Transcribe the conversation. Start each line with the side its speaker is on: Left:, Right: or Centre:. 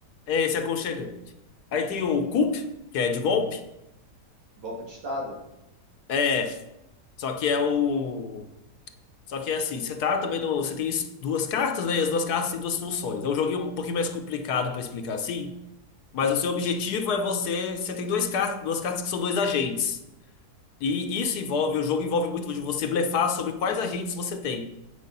Left: É esse é aconchegante. Aí tem o Coup, que é de golpe.
Right: Golpe de Estado?
Left: É, só que é o só que é assim, você tá também no, você tem duas cartas, né? E as duas cartas têm duas funções. É um joguinho um pouquinho mais complicado pra explicar assim. Mas
Right: Uhum,
Left: o seu objetivo é você. Você tem dois car duas cartas que são dois agentes. E isso envolve, o jogo envolve muito de você blefar sobre quais agentes você tem.